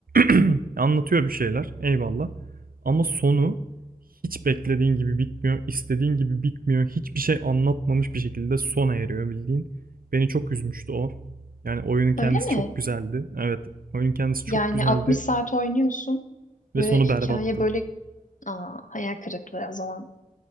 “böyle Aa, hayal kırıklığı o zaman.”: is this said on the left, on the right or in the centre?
Left